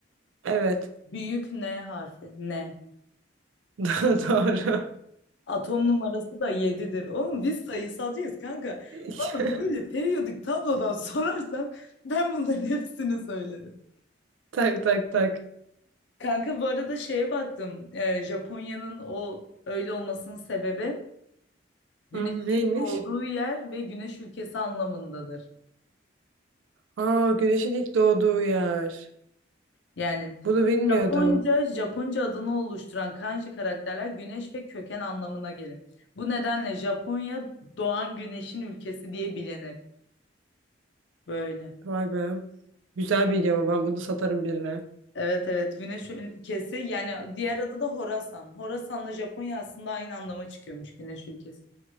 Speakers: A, on the right; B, on the left.
A: Evet.
B: Büyük N harfi. N.
A: <laughs> Do- Doğru.
B: Atom numarası da 7'dir. Oğlum biz sayısalcıyız kanka.
A: <laughs>
B: Bana böyle periyodik tablodan <laughs> sorarsan ben bunların hepsini söylerim.
A: Tak tak tak.
B: Kanka bu arada şeye baktım. Ee, Japonya'nın o öyle olmasının sebebi güneşin
A: Hı, Neymiş?
B: doğduğu yer ve güneş ülkesi anlamındadır.
A: Aa, güneşin ilk doğduğu yer.
B: Yani
A: Bunu bilmiyordum.
B: Japonca, Japonca adını oluşturan kanji karakterler güneş ve köken anlamına gelir. Bu nedenle Japonya doğan güneşin ülkesi diye bilinir. Böyle.
A: Vay be. Güzel bilgi ama ben bunu satarım birine.
B: Evet evet güneş ülkesi yani diğer adı da Horasan. Horasan'la Japonya aslında aynı anlama çıkıyormuş güneş ülkesi.